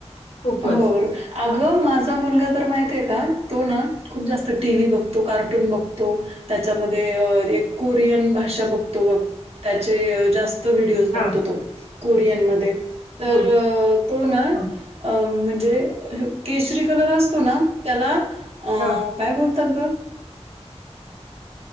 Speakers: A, on the left (about 70°); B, on the right (about 60°).
A: खूपच.
B: हो अगं माझा मुलगा तर माहती आहे का तो ना खूप जास्त टी व्ही बघतो कार्टून बघतो त्याच्यामध्ये एक कोरियन भाषा बघतो ग त्याचे जास्त व्हिडिओज बघतो
A: हा
B: तो कोरियन म तर
A: हम्म
B: तो ना
A: हा.
B: अ म्हणजे केसरी कलर असतो ना त्याला अ,
A: हा
B: काय बोलतात ग